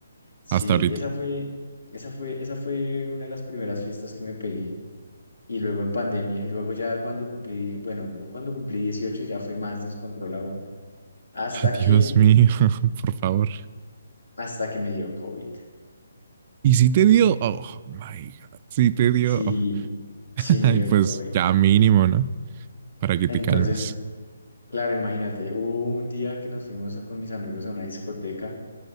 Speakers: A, on the left (about 75°); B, on the right (about 30°).
A: sí,
B: Hasta ahorita.
A: esa fue, esa fue, esa fue una de las primeras fiestas que me pegué. Y luego en pandemia, y luego ya cuando cumplí, bueno, luego cuando cumplí 18 ya fue más descontrol aún, hasta
B: <laughs> Dios
A: que,
B: mío, <laughs> por favor.
A: hasta que me dio COVID.
B: Y si te dio, oh my God, si te dio,
A: Sí, sí
B: <laughs>
A: me
B: Ay,
A: dio
B: pues
A: COVID.
B: ya mínimo, ¿no? para que
A: Entonces,
B: te calmes.
A: claro, imagínate, hubo un día que nos fuimos a- con mis amigos a una discoteca